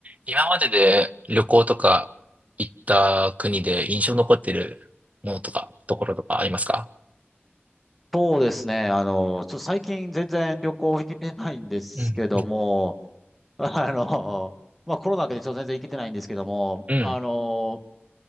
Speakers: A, on the right; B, in the centre.
A: 今までで旅行とか行った国で印象に残ってるものとか、ところとかありますか
B: そうですね。あの、ちょっと最近全然旅行行けてないんですけども、
A: うん。
B: <laughs> あの、まあコロナ明けでちょっと全然行けてないんですけども、
A: うん。
B: あの、